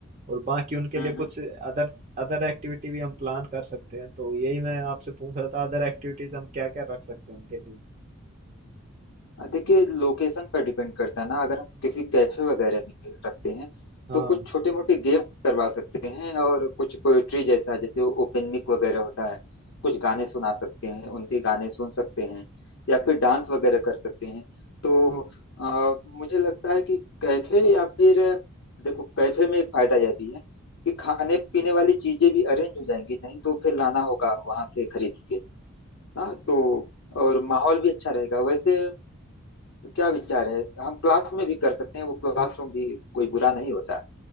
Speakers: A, on the right; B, on the left.
A: और बाकी उनके
B: हम्म
A: लिए
B: हम्म
A: कुछ अदर अदर एक्टिविटी भी हम प्लान कर सकते हैं तो यही मैं आपसे पूछ रहा था अदर एक्टिविटीज हम क्या क्या रख सकते हैं उनके लिए
B: हाँ, देखिए लोकेशन पर डिपेंड करता है ना अगर हम किसी कैफे वगैरह में रखते हैं
A: हाँ
B: तो कुछ छोटे मोटे गेम करवा सकते हैं और कुछ पोएट्री जैसा जैसे ओपन मिक वगैरह होता है कुछ गाने सुना सकते हैं उनके गाने सुन सकते हैं या फिर डांस वगैरह कर सकते हैं तो अ, मुझे लगता है कि कैफे या फिर देखो कैफे में एक फायदा यह भी है कि खाने पीने वाली चीजें भी अरेंज हो जाएंगी नहीं तो फिर लाना होगा वहां से खरीद के ना तो और माहौल भी अच्छा रहेगा वैसे तो क्या विचार है हम क्लास में भी कर सकते हैं वो क्लासरूम भी कोई बुरा नहीं होता